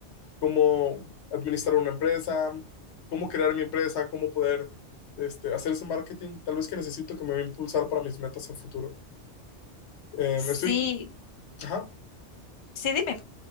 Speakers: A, on the left; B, on the left.
A: cómo administrar una empresa, cómo crear mi empresa, cómo poder este, hacer ese marketing, tal vez que necesito que me va a impulsar para mis metas a futuro. Eh,
B: Sí.
A: me estoy, ajá.
B: Sí, dime.